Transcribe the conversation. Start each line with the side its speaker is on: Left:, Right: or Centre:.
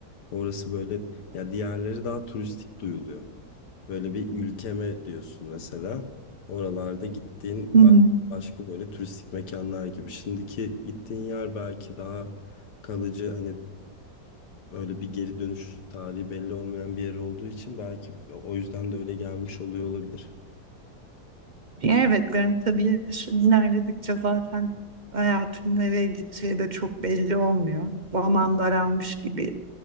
Left: orası böyle ya diğerleri daha turistik duyuluyor. Böyle bir ülkeme diyorsun mesela. Oralarda gittiğin
Right: Hı
Left: ba-
Right: hı.
Left: başka böyle turistik mekanlar gibi. Şimdiki gittiğin yer belki daha kalıcı hani böyle bir geri dönüş tarihi belli olmayan bir yer olduğu için belki o yüzden de öyle gelmiş oluyor olabilir.
Right: Evet, yani tabii yaşın ilerledikçe zaten hayatın nereye gideceği de çok belli olmuyor. Zaman daralmış gibi